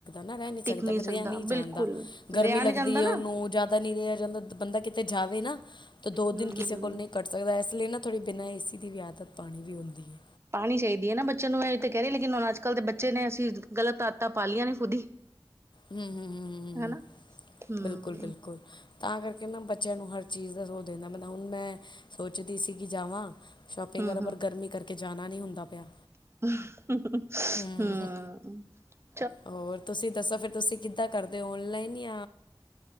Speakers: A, on the left; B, on the right.
A: ਨਾ ਰਹਿ ਨੀ
B: ਟਿਕ
A: ਸਕਦਾ ਫਿਰ ਰਹਿ ਨਹੀਂ ਜਾਂਦਾ।
B: ਬਿਲਕੁਲ
A: ਗਰਮੀ
B: ਰਿਹਾ
A: ਲੱਗਦੀ
B: ਨਹੀਂ ਜਾਂਦਾ
A: ਹੈ
B: ਨਾ
A: ਉਹਨੂੰ ਜ਼ਿਆਦਾ ਨਹੀਂ ਰਿਹਾ ਜਾਂਦਾ। ਬੰਦਾ ਕਿਤੇ ਜਾਵੇ ਨਾ। ਤਾਂ ਦੋ
B: ਹੂੰ
A: ਦਿਨ ਕਿਸੇ
B: ਹੂੰ
A: ਕੋਲ ਨਹੀਂ ਕੱਟ ਸਕਦਾ। ਇਸ ਲਈ ਨਾ ਥੋੜ੍ਹੀ ਬਿਨਾਂ ਏ ਸੀ ਦੀ ਵੀ ਆਦਤ ਪਾਣੀ ਵੀ ਹੁੰਦੀ ਹੈ।
B: ਪਾਉਣੀ ਚਾਹੀਦੀ ਹੈ ਨਾ ਬੱਚੇ ਨੂੰ ਇਹ ਤਾਂ ਕਹਿ ਰਹੇ ਲੇਕਿਨ ਹੁਣ ਅੱਜ ਕੱਲ੍ਹ ਦੇ ਬੱਚੇ ਨੇ ਅਸੀਂ ਗ਼ਲਤ ਆਦਤਾਂ ਪਾ ਲਈਆਂ ਨੇ ਖੁਦ ਹੀ।
A: ਹੰਮ-ਹੰਮ -ਹੰਮ
B: ਹਨਾ ਹੂੰ
A: ਬਿਲਕੁਲ -ਬਿਲਕੁਲ ਤਾਂ ਕਰਕੇ ਨਾ ਬ ਬੱਚਿਆਂ ਨੂੰ ਹਰ ਚੀਜ਼ ਦਾ <unintelligible> ਸ ਦਿੰਦਾ ਮ ਹੁਣ ਮੈਂ ਸੋਚਦੀ ਸੀ ਕਿ ਜਾਵਾਂ ਸ਼ੋਪਿੰਗ
B: ਹੂੰ
A: ਕਰਨਾ ਪਰ ਗਰਮੀ ਕਰਕੇ ਜਾਣਾ ਨਹੀਂ ਹੁੰਦਾ ਪਿਆ।
B: ਹੰਮ।
A: ਹੂੰ ਹੋਰ ਤੁਸੀਂ ਦੱਸੋ ਫੇਰ ਤੁਸੀਂ ਕਿੱਦਾਂ ਕਰਦੇ ਹੋ। ਓਨਲਾਈਨ ਯ